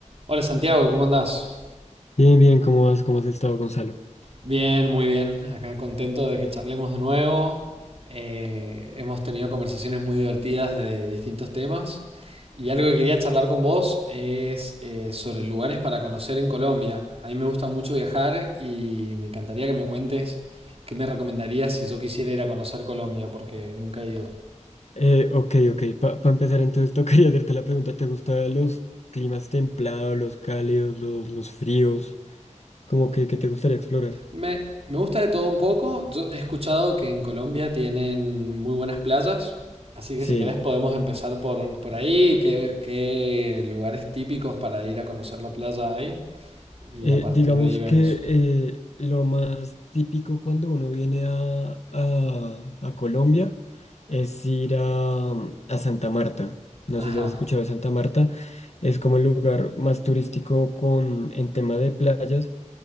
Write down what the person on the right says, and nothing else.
Hola Santiago, ¿cómo andás?
Bien, muy bien. Acá contento de que charlemos de nuevo. Eh, hemos tenido conversaciones muy divertidas de distintos temas. Y algo que quería charlar con vos es eh, sobre lugares para conocer en Colombia. A mí me gusta mucho viajar y me encantaría que me cuentes qué me recomendarías si yo quisiera ir a conocer Colombia, porque nunca he ido.
Me, me gusta de todo un poco. Yo he escuchado que en Colombia tienen muy buenas playas, así que
si querés podemos empezar por, por ahí, qué, qué lugares típicos para ir a conocer la playa hay, y
a partir
de ahí vemos.
Ajá,